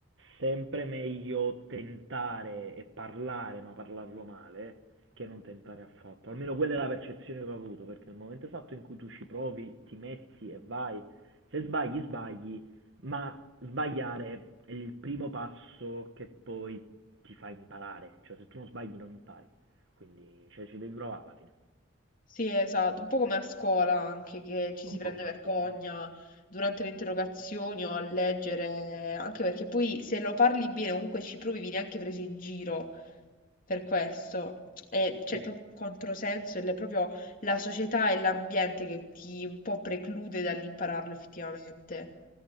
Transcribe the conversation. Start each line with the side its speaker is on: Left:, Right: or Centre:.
Right: sempre meglio tentare e parlare, ma parlarlo male, che non tentare affatto. Almeno quella è la percezione che ho avuto, perché nel momento esatto in cui tu ci provi, ti metti e vai, se sbagli, sbagli, ma sbagliare è il primo passo che poi ti fa imparare, cioè se tu non sbagli non impari, quindi cioè, ci devi provare alla fine.
Left: Sì, esatto, un po' come a scuola anche, che ci si
Right: Un
Left: prende
Right: po' una
Left: vergogna
Right: scuola, eh.
Left: durante le interrogazioni o a leggere, anche perché poi se lo parli bene comunque ci provi, vieni anche preso in giro per questo. E c'è
Right: Sì.
Left: proprio un controsenso ed è proprio la società e l'ambiente che ti un po' preclude dall'impararlo effettivamente.